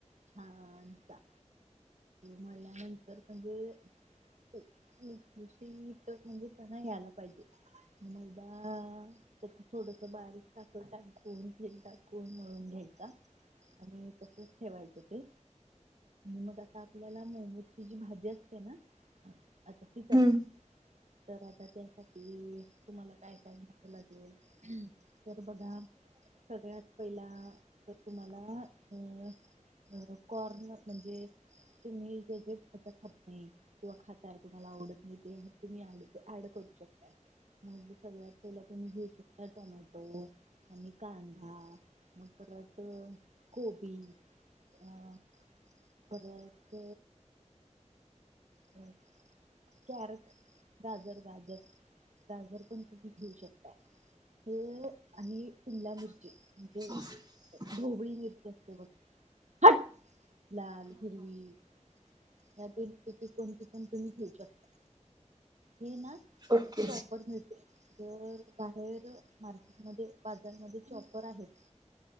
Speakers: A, on the right (about 75°); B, on the right (about 35°).
A: छानसा. मळल्यानंतर म्हणजे खुशखुशीतपणा यायला पाहिजे मैदा त्यात थोडंस बारीक साखर टाकून तेल टाकून मळून घ्यायचा आणि तसच ठेवायच ते मग आता आपल्याला मोमोजची जी भाजी असते ना आता ती करायचं
B: हम्म
A: तर आता त्यांसाठी तुम्हाला काय काय घ्याव लागेल तर बघा सगळ्यात पहिला तर तुम्हाला अं हो कण <unintelligible> म्हणजे तुम्हीे <unintelligible> किंवा खाताय तुम्हाला आवडत नाही ते तुम्ही इथे ऍड करू शकता मग सगळ्यात पहिला तुम्ही घेऊ शकता टोमॅटो आणि कांदा मग परत कोबी अं परत अ कॅरट गाजर गाजर गाजर कोणते? घेऊ शकता <unintelligible> आणि शिमला मिरची
B: हो
A: म्हणजे
B: <unintelligible>
A: ढोबळी मिरची असते बघ, हाट लाल, हिरवी यातील किती कोणती पण तुम्ही घेऊ शकता हे ना
B: ओके
A: चॉपर मिळते जर बाहेर मार्केटमध्ये बाजारमध्ये चॉपर आहेत